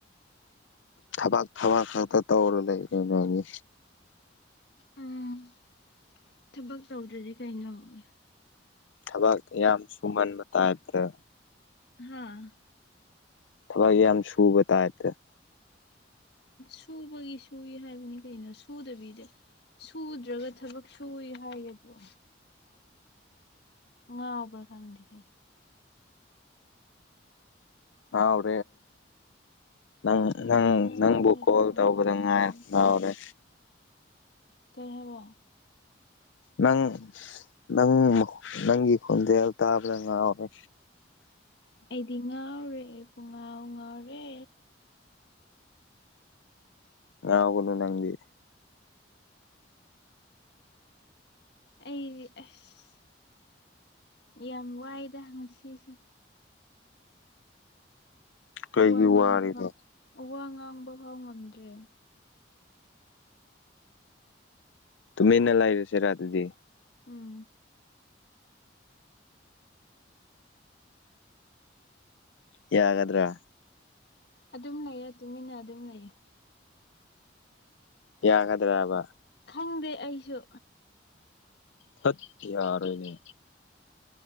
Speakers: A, on the left; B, on the left.
A: ꯊꯕꯛ ꯊꯕꯥꯛ ꯈꯛꯇ ꯇꯧꯔ ꯂꯩꯔꯅ ꯍꯥꯏꯅꯤ
B: ꯎꯝ ꯊꯕꯛ ꯇꯧꯗ꯭ꯔꯗꯤ ꯀꯩꯅꯣꯋ
A: ꯊꯕꯛ ꯌꯥꯝ ꯁꯨꯃꯟꯕ ꯇꯥꯏꯞꯇ
B: ꯍꯥꯥ
A: ꯊꯕꯛ ꯌꯥꯝ ꯁꯨꯕ ꯇꯥꯏꯗ
B: ꯁꯨꯕꯒꯤ ꯁꯨꯏ ꯍꯥꯏꯕꯅꯤ ꯀꯩꯅꯣ ꯁꯨꯗꯕꯤꯗ ꯁꯨꯗ꯭ꯔꯒ ꯊꯕꯛ ꯁꯨꯏ ꯍꯥꯏꯒꯗ꯭ꯔꯣ ꯉꯥ ꯎꯕꯔ ꯈꯪꯗ ꯍ
A: ꯑ꯭ꯔꯦ ꯅꯪ
B: ꯑꯩꯗꯤ
A: ꯅꯪ
B: ꯉꯥꯎꯔꯦ
A: ꯅꯪꯕꯨ ꯀꯣꯜ
B: ꯄꯨꯡꯉꯥꯎ
A: ꯇꯧꯕꯗ ꯉꯥꯏ ꯉꯥꯎꯔꯦ
B: ꯀꯣꯍ
A: ꯅꯪ ꯅꯪ ꯅꯪꯒꯤ ꯈꯣꯟꯖꯦꯜ ꯇꯥꯕꯗ ꯉꯥꯎꯔꯦ
B: ꯑꯩꯗꯤ ꯉꯥꯎꯔꯦ ꯄꯨꯡ ꯉꯥꯎ ꯉꯥꯎꯔꯦ
A: ꯉꯒꯒꯅꯨ ꯅꯪꯕꯤ
B: ꯑꯩ ꯑꯦꯁ ꯌꯥꯝ ꯋꯥꯏꯗ ꯉꯁꯤꯁꯦ
A: ꯀꯩꯒꯤ
B: ꯋꯥ ꯉꯥꯡꯕ
A: ꯋꯥꯔꯤꯅꯣ
B: ꯐꯥꯎ ꯋꯥ ꯉꯥꯡꯕ ꯐꯥꯎ ꯉꯝꯗ꯭ꯔꯦ
A: ꯇꯨ ꯃꯦꯅ ꯂꯥꯏꯔꯨꯁꯦ ꯔꯥꯗꯤ
B: ꯎꯝ
A: ꯌꯥꯒꯗ꯭ꯔꯥ
B: ꯑꯗꯨꯝ ꯂꯩꯌꯦ ꯇꯨꯃꯤꯟꯅ ꯑꯗꯨꯝ ꯂꯩꯌꯦ
A: ꯌꯥꯒꯗ꯭ꯔꯕ
B: ꯈꯪꯗꯦ ꯑꯩꯁꯨ
A: ꯊꯠꯇ ꯌꯥꯔ ꯑꯣꯏꯅꯦ